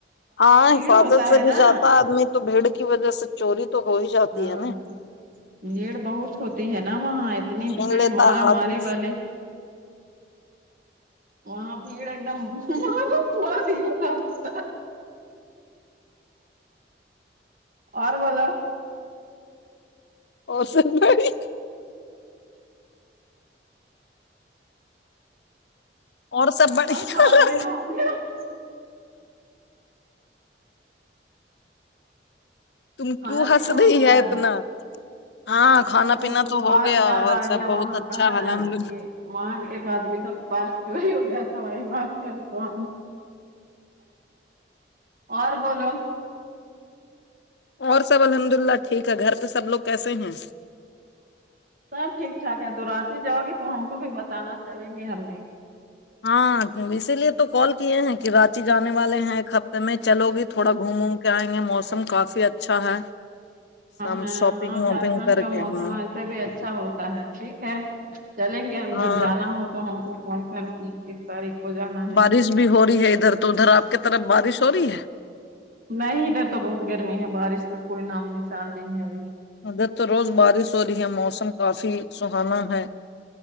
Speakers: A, on the left; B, on the right.
A: ہاں حفاظت
B: ہوتا
A: سے
B: ہے
A: بھی
B: نا
A: جاتا آدمی تو بھیڑ کی وجہ سے چوری تو ہو ہی جاتی
B: ہاں
A: ہے نا
B: بھیڑ بہت ہوتی ہے نا وہاں اتنی
A: چھین
B: بھیڑ
A: لیتا
B: مارا
A: ہاتھ
B: ماری
A: میں
B: والی
A: سے۔
B: وہاں بھیڑ ایک دم م ہوا د <unintelligible> اور بولو
A: اور سب بھاںی اور سب بڑیا
B: اور
A: ہے نا
B: <unintelligible>
A: تم
B: کھانا
A: کیوں ہنس
B: پینا
A: رہی
B: ہو گیا
A: ہے اتنا ہاں
B: ارے
A: کھانا
B: ہم
A: پینا
B: کو کچھ
A: تو ہو
B: بات
A: گیا
B: یاد
A: اور
B: آ
A: سب
B: گیا
A: بہت
B: وہاں
A: اچھا
B: کا نا
A: الحمد للہ،
B: کہ وہاں ایک آدمی کا پرس چوری ہو گیا تھا وہی بات کون اور بولو
A: اور سب الحمد للہ ٹھیک ہے گھر پہ سب لوگ کیسے ہیں
B: سب ٹھیک ٹھاک ہے تو رانچی جاؤ گی تو ہم کو بھی بتانا چلیں گے ہم بھی
A: ہاں <unintelligible> اسی لیے تو کال کیے ہیں کی راچی جانے والے ہیں ایک ہفتے میں چلو گی تھوڑا گھوم ووم کے آئیں گ یہ موسم کافی اچھا ہے
B: ہاں
A: ہم شاپنگ
B: ہاں
A: واپنگ
B: جھارکھنڈ
A: کر
B: کا
A: کے
B: موسم
A: ہاں
B: ایسے بھی اچھا ہوتا ہے ٹھیک ہے چلیں گے ہم
A: ہاں
B: جب جانا ہو تو ہم کو فون کروں گی کس تاریخ کو جانا ہے
A: بارش بھی ہو رہی ہے ادھر تو ادھر آپ کی طرف بارش ہو رہی ہے
B: نہیں ادھر تو بہت گرمی ہے بارش کا کوئی نام نشان نہیں ہے ابھی
A: ادھر تو روز بارش ہو رہی ہے موسم کافی سہانا ہے